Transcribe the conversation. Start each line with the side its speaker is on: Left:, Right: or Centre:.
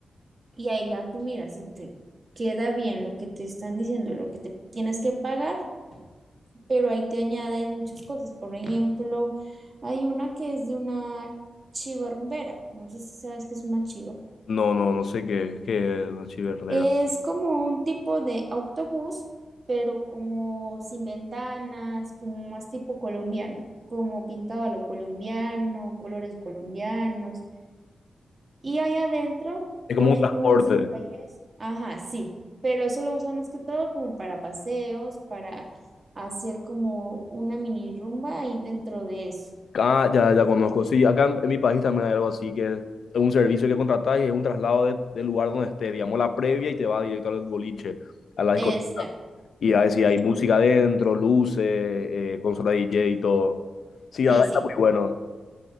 Right: y ahí ya tú miras si te queda bien lo que te están diciendo, lo que te tienes que pagar, pero ahí te añaden muchas cosas. Por ejemplo, hay una que es de una chiva rumbera. No sé si sabes qué es una chiva.
Left: No, no, no sé qué, qué es una chivernera.
Right: Es como un tipo de autobús, pero como sin ventanas, como más tipo colombiano, como pintado a lo colombiano, colores colombianos. Y ahí adentro
Left: Es
Right: ponen
Left: como un transporte.
Right: música y es, ajá, sí, pero eso lo usan más que todo como para paseos, para hacer como una mini rumba ahí dentro de eso.
Left: Ah, ya, ya conozco. Sí, acá en, en mi país también hay algo así, que es un servicio que contratás y es un traslado de- del lugar donde esté, digamos, la previa y te va directo al boliche, a la discoteca.
Right: Exacto,
Left: Y a veces hay música adentro, luces, eh, consola DJ y todo. Sí,
Right: sí,
Left: la verdad
Right: sí,
Left: está muy bueno.